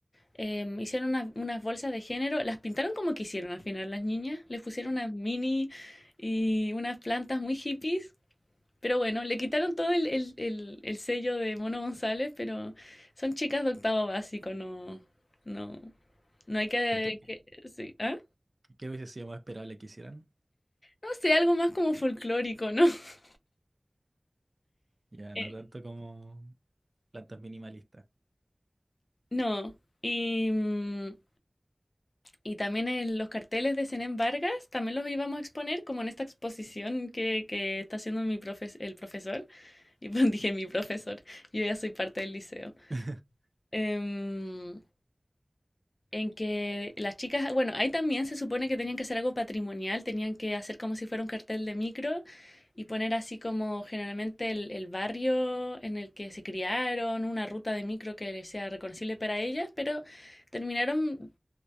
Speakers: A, on the left; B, on the right.
A: em, hicieron unas, unas bolsas de género, las pintaron como quisieron al final las niñas, les pusieron unas mini y unas plantas muy hippies pero bueno, le quitaron todo el, el, el, el sello de Mono González, pero son chicas de octavo básico, no, no, no hay que,
B: Porque, ¿qué,
A: que- sí, ¿ah?
B: qué hubiese sido más esperable que hicieran?
A: No sé, algo más como folclórico, ¿no? <laughs>
B: Ya,
A: Eh,
B: no tanto como plantas minimalistas.
A: no. Y, mm, y también el- los carteles de Zenén Vargas, también los íbamos a exponer como en esta exposición que, que está haciendo mi profes- el profesor. Y <laughs> pues dije mi profesor, yo ya soy parte del liceo.
B: <laughs>
A: Em, en que las chicas, bueno, ahí también se supone que tenían que hacer algo patrimonial, tenían que hacer como si fuera un cartel de micro y poner así como generalmente el, el barrio en el que se criaron, una ruta de micro que les sea reconocible para ellas, pero terminaron